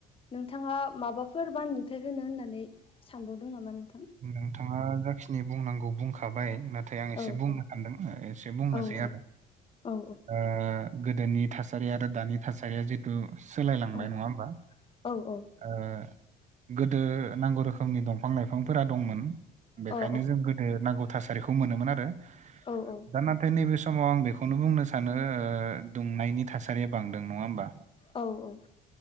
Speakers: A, on the left; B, on the right.
A: नोंथाङा माबाफोर बाबुंथाय होनो होननानै सानबावदों नामा नों
B: नोंथाङा जाखिनि बुंनांगौ बुंखाबाय ना थाय आं एसे
A: औ
B: बुंनो
A: औ
B: सानदों एसे बुंनोसै
A: औ औ
B: आरो
A: औ
B: ओ गोदोनि थासारि आरो दानि थासारिया जिथु सोलायलांबाय
A: औ
B: नङा होमबा
A: औ औ
B: ओ गोदो नांगौ रोखोमनि दंफां लाइफांफोरा दंमोन। बेखायनो
A: औ
B: जों गोदो नांगौ थासारिखौ मोनोमोन आरो।
A: औ औ।
B: दा नाथाय नैबे समाव आं बेखौनो बुंनो सानो ओ दुंनायनि थासारिया बांदों। नङा होमबा?
A: औ औ।